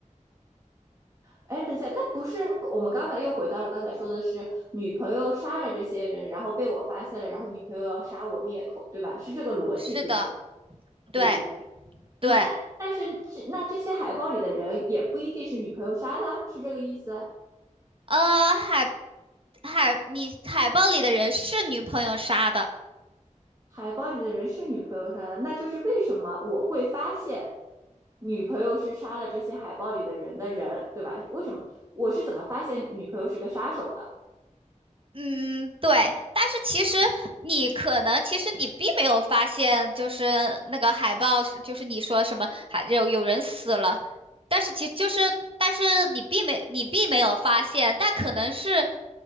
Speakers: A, on the right; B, on the right.
A: 哎，等一下，那不是我们刚才又回到了刚才说的是女朋友杀了这些人，然后被我发现了，然后女朋友要杀我灭口，对吧？是这个逻辑，
B: 是的，
A: 对不对？
B: 对
A: 对不对？
B: 对，
A: 但但是这那这些海报里的人也不一定是女朋友杀的啊是这个意思？
B: 呃，海海，你海报里的人是女朋友杀的。
A: 海报里的人是女朋友杀的，那就是为什么我会发现女朋友是杀了这些海报里的人的人，对吧？为什么我是怎么发现女朋友是个杀手的？
B: 嗯，对，但是其实你可能，其实你并没有发现，就是那个海报是就是你说什么还有有人死了，但是其就是，但是你并没你并没有发现，但可能是，